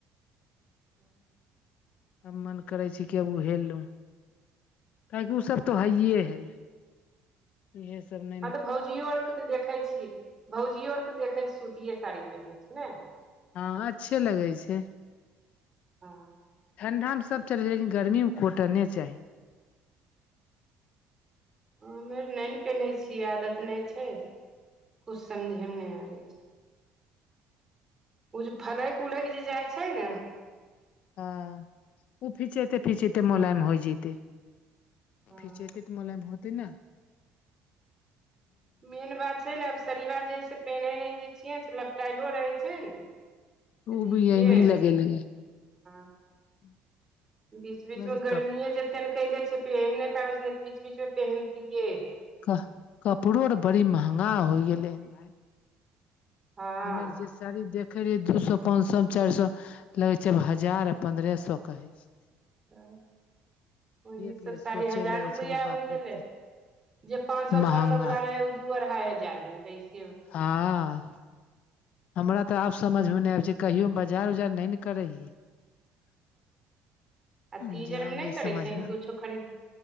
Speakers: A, on the right; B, on the left.
A: हऽ
B: आब मन करै छै कि अब उहे लू <inaudible> काहेकि ओ सब तो हैये है इहे सब ने
A: हँ तऽ भौजियो आर केँ तऽ देखै छियै भौजियो आर केँ देखै छियै सुतिए साड़ी पेन्है छै ने
B: हँ अच्छे लगै छै
A: हँ
B: <inaudible> ठण्डा में सभ चलै छै लेकिन गर्मी में कोटने चाही।
A: हम ऐर नै न पेन्है छियै आदत नै छै कुछ समझे में नै आबै छै ओ जे फलैक उलैक जे जाइ छै न
B: हँ ओ फिचेते फिचेते मोलायम होइ जते
A: हँ
B: फीचेतै तऽ मोलाइम होतै न <inaudible>
A: मेन बात छै न आब शरीबा जे से पेनहे नै जे छियै से लपटाइलो रहै छै न तऽ
B: ओ
A: दिक्कते
B: भी यही लगेले
A: <unintelligible>
B: <inaudible>
A: बीच बीच
B: बाकी
A: में गर्मी
B: कप
A: <unintelligible> कले छै पहिन नै पाबै छै नै तऽ बीच बीच में पहिनतियै
B: कह कपड़ो आर बड़ी महंगा होय गेलै भाय
A: हँ
B: हमे जे साड़ी देखे रहियै दू सौ पाँच सौ चार सौ लगै छै हजार आ पन्द्रह सौ कहैय छैय
A: <unintelligible> ओही
B: के
A: सब
B: लेल
A: साड़ी
B: सोचे
A: हजार
B: लगे
A: रुपैआ
B: छै कि बाप
A: हो
B: रे
A: गेलै
B: एते
A: जे पांच सौ
B: महंगा
A: छ सौ वाला रहैय ओ दू अढ़ाई हजार होय दैय छै
B: हऽ हमरा तऽ आब समझ में नै आबै छै कहियो हम बाजार उजार नै न करै हियै <inaudible>
A: आ तीज
B: जाउ
A: आर में नै
B: नहि
A: करैय
B: समझमे
A: छीही कुछो खरीद